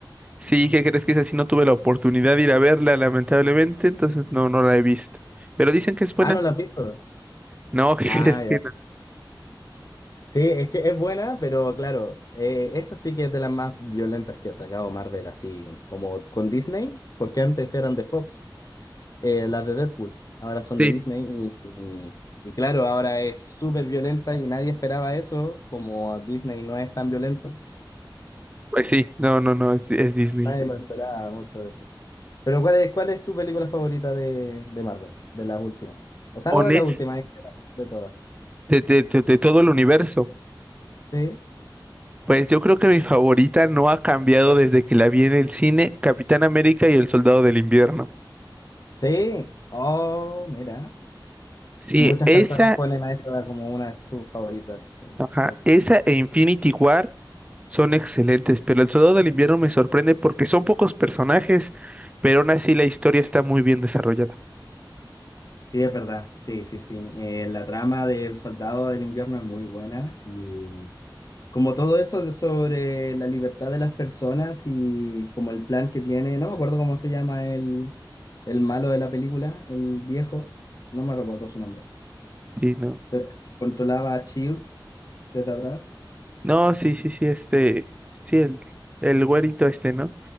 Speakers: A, on the right; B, on the left.
A: sí, ¿qué crees que es así? No tuve la oportunidad de ir a verla, lamentablemente, entonces no, no la he visto, pero dicen que es buena,
B: Ah, ¿no la has visto?
A: no, <laughs> ¿qué
B: Ah,
A: crees
B: ya.
A: que no?
B: Sí, es que es buena, pero claro, eh, esa sí que es de las más violentas que ha sacado Marvel, así como con Disney, porque antes eran de Fox. eh, las de Deadpool. Ahora son
A: Sí,
B: de Disney y, y- y claro, ahora es súper violenta y nadie esperaba eso, como Disney no es tan violento,
A: pues sí, no, no, no, es, es Disney.
B: nadie lo esperaba mucho de eso. Pero ¿cuál es, cuál es tu película favorita de, de Marvel, de las últimas? O sea,
A: Honest,
B: no de las últimas, en general, de todas.
A: de, de, de, de todo el universo,
B: Sí,
A: pues yo creo que mi favorita no ha cambiado desde que la vi en el cine, Capitán América y el Soldado del Invierno.
B: sí. Oh, mira.
A: Sí,
B: Muchas
A: esa,
B: personas ponen a esta como una de sus favoritas. eh,
A: ajá,
B: loco.
A: esa e Infinity War. Son excelentes, pero El Soldado del Invierno me sorprende porque son pocos personajes, pero aún así la historia está muy bien desarrollada.
B: Sí, es verdad. Sí, sí, sí. Eh, la trama del Soldado del Invierno es muy buena y... Como todo eso de- sobre la libertad de las personas y como el plan que tiene, no me acuerdo cómo se llama el, el malo de la película, el viejo, no me recuerdo su nombre,
A: Sí, no.
B: pero el que controlaba a Shield desde atrás.
A: No, sí, sí, sí, este, sí, el, el güerito este, ¿no?